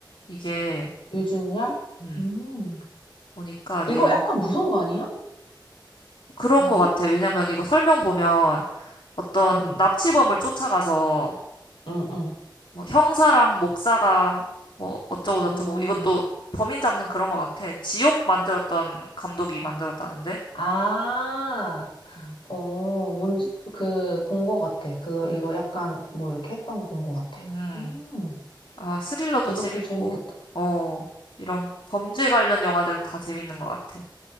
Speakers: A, on the left (about 70°); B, on the left (about 85°).
A: 이게,
B: 유준열?
A: 음,
B: 음.
A: 보니까
B: 이거
A: 내용,
B: 약간 무서운 거 아니야?
A: 그런
B: 아닌가?
A: 거 같아. 왜냐면 이거 설명 보면 어떤
B: 응,
A: 납치범을 쫓아가서,
B: 응, 응.
A: 뭐 형사랑 목사가, 뭐, 어쩌고저쩌고,
B: 음.
A: 이것도 범인 잡는 그런 거 같아. 지옥 만들었던 감독이 만들었다는데?
B: 아,
A: 음.
B: 어, 뭔지, 그, 본 거 같아. 그,
A: 음.
B: 이거 약간 뭐 이렇게 했던 거 본 거 같아.
A: 음.
B: 음,
A: 아, 스릴러도
B: 이것도
A: 재밌고,
B: 재밌겠다.
A: 어, 이런 범죄 관련 영화들은 다 재밌는 것 같아.